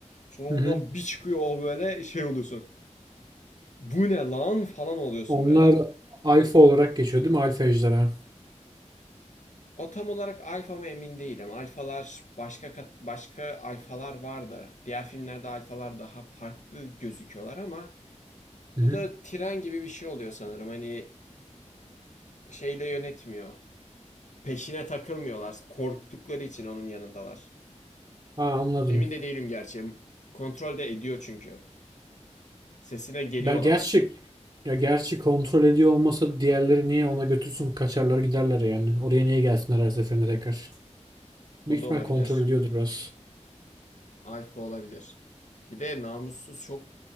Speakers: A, on the left (about 80°); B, on the right (about 40°).
A: Sonra oradan
B: Hı hı.
A: bir çıkıyor o böyle şey oluyorsun. Bu ne lan falan oluyorsun
B: Onlar
A: böyle.
B: alfa olarak geçiyor değil mi? Alfa ejderha.
A: O tam olarak alfa mı emin değilim. Alfalar başka başka alfalar vardı. Diğer filmlerde alfalar daha farklı gözüküyorlar ama
B: Hı
A: bu
B: hı.
A: da tren gibi bir şey oluyor sanırım. Hani şeyle yönetmiyor. Peşine takılmıyorlar. Korktukları için onun yanındalar.
B: Ha, anladım.
A: Emin de değilim gerçi. Kontrol de ediyor çünkü. Sesine geliyorlar.
B: Ben, gerçi Ya gerçi kontrol ediyor olmasa diğerleri niye ona götürsün kaçarlar giderler yani. Oraya niye gelsinler her seferinde tekrar. Büyük
A: O da
B: ihtimal
A: olabilir.
B: kontrol ediyordur biraz.
A: Alfa olabilir. Bir de namussuz çok